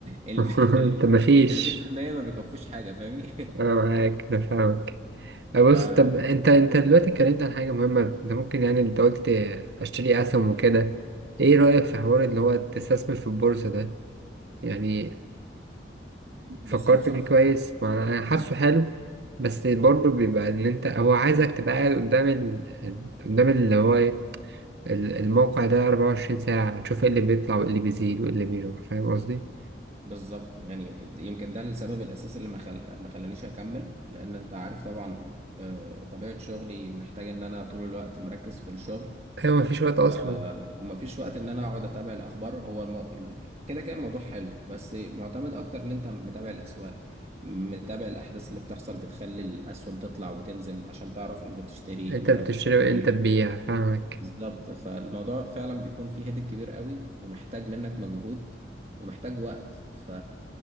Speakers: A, on the right (about 35°); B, on the right (about 70°).
A: الم...
B: <laughs>
A: ال
B: طب مفيش
A: 30% ما بيكفوش حاجة فاهمني
B: أنا معاك أنا فاهمك آه،
A: <laughs>
B: بص
A: فبص
B: طب أنت أنت دلوقتي اتكلمت عن حاجة مهمة أنت ممكن يعني أنت قلت أشتري أسهم وكده إيه رأيك في حوار اللي هو تستثمر في البورصة ده؟ يعني
A: انا
B: فكرت
A: بصراحة
B: فيه كويس ما أنا حاسه
A: انا
B: حلو بس برضه بيبقى إن أنت هو عايزك تبقى قاعد قدام ال... ال- قدام اللي هو إيه؟ ال- الموقع ده 24 ساعة تشوف إيه اللي بيطلع وإيه اللي بيزيد وإيه اللي بيروح فاهم قصدي؟
A: بالظبط يعني د- يمكن ده السبب الاساسي اللي ما خل... ما خلانيش اكمل لان انت عارف طبعا آه، طبيعه شغلي محتاج ان انا طول الوقت مركز في الشغل
B: أيوة مفيش وقت أصلا
A: آه، ومفيش وقت ان انا اقعد اتابع الاخبار هو الم... ال- كده كده الموضوع حلو بس معتمد اكتر ان انت متابع الاسواق متابع الاحداث اللي بتحصل بتخلي الاسهم تطلع وتنزل عشان تعرف امتى تشتري
B: انت
A: امتى
B: بتشتري وانت
A: تبيع
B: تبيع فاهمك
A: بالظبط فالموضوع فعلا بيكون فيه هيدك كبير قوي ومحتاج منك مجهود ومحتاج وقت ف...